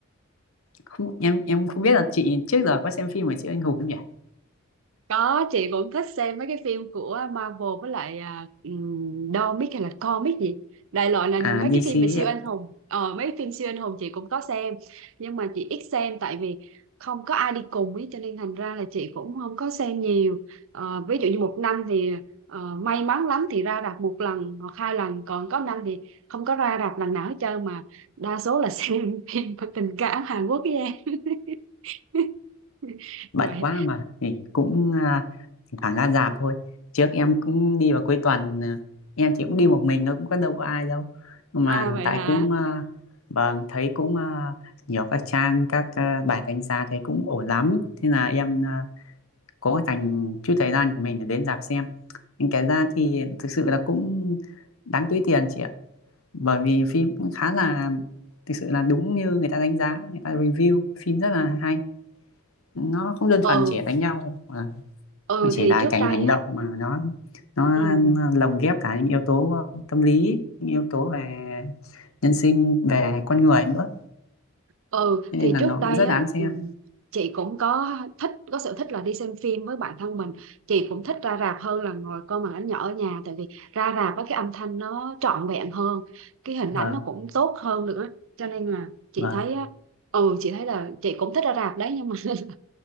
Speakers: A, on the left (about 75°); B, on the right (about 65°).
A: không, em em không biết là chị trước giờ có xem phim về siêu anh hùng không nhỉ?
B: Có, chị cũng thích xem mấy cái phim của Marvel với lại à, ừm, Dormic hay là Comic gì. Đại loại là
A: À
B: mấy
A: DC
B: cái phim về siêu
A: ấy ạ.
B: anh hùng. Ờ, mấy cái phim siêu anh hùng chị cũng có xem. Nhưng mà chị ít xem tại vì không có ai đi cùng ấy cho nên thành ra là chị cũng không có xem nhiều. Ờ, ví dụ như một năm thì ờ, may mắn lắm thì ra rạp một lần hoặc hai lần. Còn có năm thì không có ra rạp lần nào hết trơn mà đa số là xem <laughs> phim tình cảm Hàn Quốc với em. <laughs>
A: bận
B: Vậy.
A: quá mà thì cũng à, thỉnh thoảng ra rạp thôi trước em cũng đi vào cuối tuần à, em chỉ cũng đi một mình nó cũng có đâu có ai đâu nhưng
B: À
A: mà
B: vậy
A: tại
B: hả?
A: cũng à, vâng thấy cũng à, nhiều các trang các à, bài đánh giá thấy cũng ổn lắm thế là em à, cố dành chút thời gian của mình để đến rạp xem nhưng cái ra thì thực sự là cũng đáng túi tiền chị ạ bởi vì phim cũng khá là thực sự là đúng như người ta đánh giá người ta review phim rất là hay nó không đơn thuần
B: ừ
A: chỉ đánh nhau à,
B: ừ
A: nó chỉ
B: thì
A: là
B: trước
A: cái
B: đây
A: hành
B: á
A: động mà nó nó
B: ừ,
A: lồng ghép cả những yếu tố ờ, tâm lý những yếu tố về nhân sinh về con người nữa
B: ừ
A: Thế nên
B: thì
A: là
B: trước
A: nó
B: đây
A: cũng rất
B: á
A: đáng xem
B: ừ, chị cũng có thích có sở thích là đi xem phim với bạn thân mình chị cũng thích ra rạp hơn là ngồi coi màn ảnh nhỏ ở nhà tại vì ra rạp á cái âm thanh nó trọn vẹn hơn cái hình
A: vâng
B: ảnh nó cũng tốt hơn nữa cho nên là chị
A: vâng
B: thấy á ừ chị thấy là chị cũng thích ra rạp đấy nhưng mà <laughs>